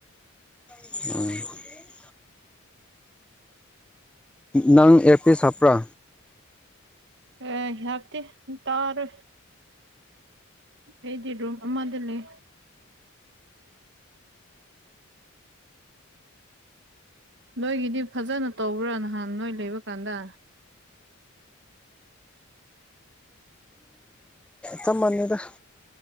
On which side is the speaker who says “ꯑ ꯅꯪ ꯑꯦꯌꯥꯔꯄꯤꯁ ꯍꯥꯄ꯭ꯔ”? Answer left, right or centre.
Centre